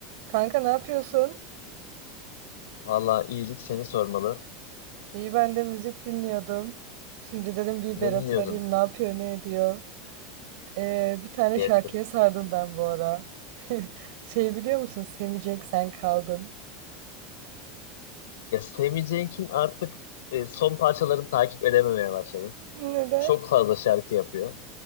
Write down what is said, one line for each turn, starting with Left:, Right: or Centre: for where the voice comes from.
Right: Kanka ne yapıyorsun?
Left: Valla iyilik seni sormalı.
Right: İyi ben de müzik dinliyordum. Şimdi dedim bir
Left: Ne
Right: Berat'ı
Left: dinliyordun?
Right: arayayım ne yapıyor ne ediyor. Ee, bir tane
Left: İyi
Right: şarkıya
Left: ettin.
Right: sardım ben bu ara. <laughs> Şey biliyor musun? Sevecek sen kaldın.
Left: Ya Sammy Cenk'in artık e, son parçalarını takip edememeye başladım.
Right: Neden?
Left: Çok fazla şarkı yapıyor.